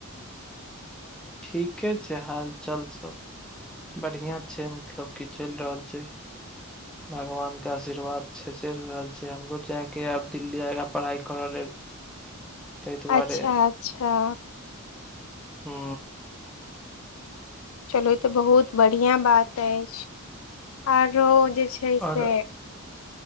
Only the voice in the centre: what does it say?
ठीके छै हाल चाल सब बढ़िआँ मतलब की चलि रहल छै भगवान केँ आशीर्वाद कह छै हमरो जायकें अछि आब दिल्ली पढ़ाइ करय लेल ताहि दुआरे
हू
आओर